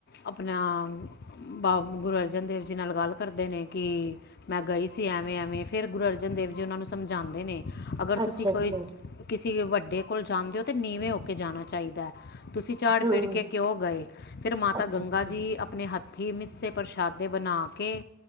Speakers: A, on the left; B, on the right.
A: ਆਪਣਾ ਬਾਬ ਗੁਰੂ ਅਰਜਨ ਦੇਵ ਜੀ ਨਾਲ ਗੱਲ ਕਰਦੇ ਨੇ ਕਿ ਮੈਂ ਗਈ ਸੀ ਐਵੇਂ-ਐਵੇਂ ਫਿਰ ਗੁਰੂ ਅਰਜਨ ਦੇਵ ਜੀ ਉਹਨਾਂ ਨੂੰ ਸਮਝਾਉਂਦੇ ਨੇ ਅਗਰ
B: ਅੱਛਾ
A: ਤੁਸੀਂ
B: ਅੱਛਾ
A: ਕੋਈ ਕਿਸੇ ਵੱਡੇ ਕੋਲ ਜਾਂਦੇ ਹੋ ਤਾਂ ਨੀਵੇਂ ਹੋ ਕੇ ਜਾਣਾ ਚਾਹੀਦਾ। ਤੁਸੀਂ ਝਾੜ
B: ਹਮ
A: ਪੀੜ ਕੇ ਕਿਉਂ ਗਏ ਫਿਰ ਮਾਤਾ
B: ਅੱਛਾ
A: ਗੰਗਾ
B: ਅੱਛਾ
A: ਜੀ ਆਪਣੇ ਹੱਥ ਠੀ ਮਿੱਸੇ ਪ੍ਰਸ਼ਾਦੇ ਬਣਾ ਕੇ